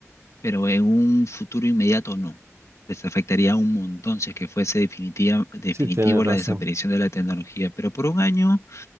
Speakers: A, on the left; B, on the right.
A: pero en un futuro inmediato no. Les afectaría un montón si es que fuese definitiva, definitivo
B: Sí, tienes
A: la
B: razón.
A: desaparición de la tecnología, pero por un año